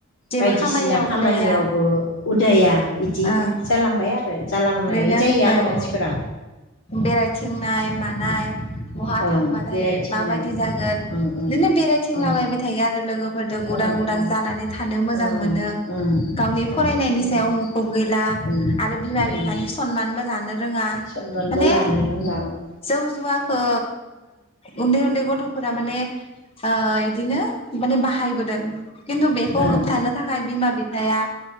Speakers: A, on the left; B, on the left.
A: जेबो
B: बायदिसिना
A: खामानियाव
B: खामानियावबो
A: उदाया
B: उदाया बिदि
A: ओं
B: जालांबाय आरो जालांनाय
A: ओरैनो
B: जायो आरो
A: औ
B: मानसिफोरा।
A: औ बेरायथिंनाय मानाय बहा
B: ओं
A: थांबाथाय
B: बेरायथिंनाय
A: माबायदि जागोन
B: ओं ओं
A: बिदिनो बेराय थिंलाबायाबाय
B: ओं
A: थायो आरो लोगोफोरजों उदां
B: ओं
A: उदां
B: ओं
A: जानानै थानो मोजां
B: ओं
A: मोनो
B: ओं
A: गावनि
B: थानो
A: फरायनाय
B: मोजां
A: बेनि
B: मोनो
A: सायाव मुखुब गैला
B: ओं
A: आरो बिमा
B: ओं
A: बिफानि सनमानबो लानो रोङा।
B: सनमानबो
A: माने
B: लानो रोंला ओं
A: जौ जुवाखौ उन्दै उन्दै गथ'फोरा माने ओ इदिनो माने बाहायबोदों खिन्थु बेखौ
B: ओं
A: होबथानो थाखाय बिमा बिफाया